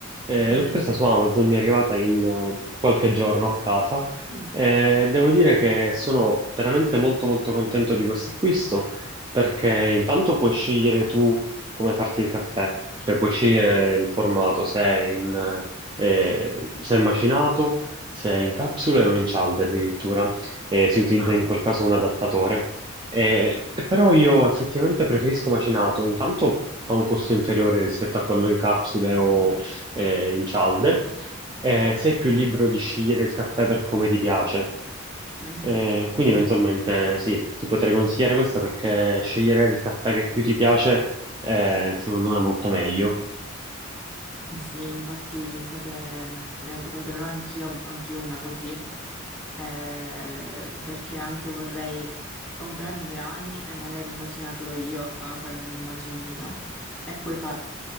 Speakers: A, on the right; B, in the centre.
A: Eh,
B: Mm,
A: l'ho presa su Amazon, mi è arrivata in eh, qualche giorno a casa.
B: mm.
A: Eh, devo dire che sono veramente molto molto contento di questo acquisto perché intanto puoi scegliere tu come farti il caffè, cioè puoi scegliere il formato, se è in, eh, se è macinato, se è in capsule o in cialde addirittura. Eh, si utilizza
B: Ah.
A: in quel caso un adattatore eh, però io effettivamente preferisco macinato, intanto ha un costo inferiore rispetto a quello in capsule o
B: mhm,
A: eh,
B: Sì.
A: in cialde, Eh, sei più libero di scegliere il caffè per come ti piace,
B: Mhm.
A: Eh, quindi eventualmente sì, ti potrei consigliare questa perché scegliere il caffè che più ti piace eh, secondo me è molto meglio.
B: Sì, sì, infatti mi sa che me ne comprerò anch'io anch'io una così, eh, perché anche vorrei comprare i grani e magari immacinarlo io a casa con un macinino e poi fa-